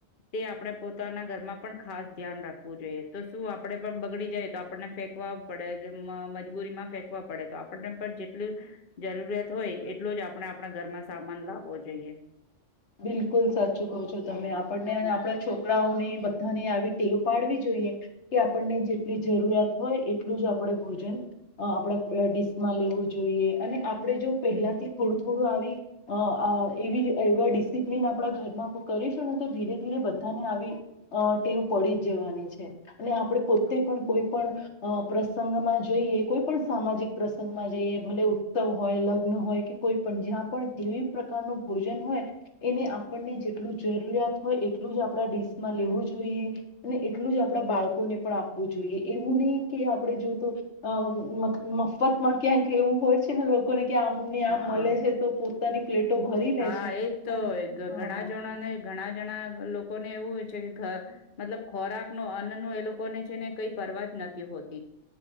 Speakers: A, on the left; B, on the left.
A: તે આપડે પોતાના ઘરમાં પણ ખાસ ધ્યાન રાખવું જોઈએ તો શું આપડે પણ બગડી જાય તો આપણને ફેંકવા પડે જેમ આ મજબૂરીમાં ફેંકવા પડે તો આપણને પણ જેટલું જરૂરિયાત હોય એટલું જ આપણે આપણા ઘરમાં સા માન લાવો જોઈએ.
B: બિલકુલ સાચું કહો છો તમે આપણને આપડા છોકરાઓને બધાને આવી ટેવ પાડવી જોઈએ કે આપણને જેટલી જરૂરિયાત હોય એટલું જ આપડે ભોજન અહ આપડા ડીશમાં લેવું જોઈએ અને આપડે જો પહેલાથી થોડું થોડું આવી અહ આહ એવી અહ એવા ડીસ સિપલીન આપડા ઘરમાં કરીશું ને તો ધીરે ધીરે બધાને અહ આવી ટેવ પડી જ જવાની છે. અને આપડે
A: હા
B: પોતે પણ કોઈ પણ અહ પ્રસંગમાં જઈએ કોઈ પણ સામાજિક પ્રસંગમાં જઈએ ભલે ઉત્સવ હોય લગ્ન હોય કે કોઈ પણ જ્યાં પણ જેવી પ્રકાર નો ભોજન હોય એને આપણને જેટલું જરૂરિયાત હોય એટલું જ આપડા ડીશમાં લેવું જોઈએ અને એટલું જ આપડા બાળકોને પણ આપવું જોઈએ એવું નહી કે આપડે જો તો અહ મ-મફતમાં ક્યાંક એવું હોય છે ને લોકોને કે આમની
A: હા.
B: ને આમ મલે છે તો પોતાની પ્લેટો ભરી લે
A: હા
B: છે
A: એજ તોય ઘ
B: હા
A: ઘણા જણા ને ઘણા જણા લોકોને એવું હોય છે કે મતલબ ખોરાક નો અન્ન નો એ લોકોને છે ને કઈ પરવા જ નથી હોતી.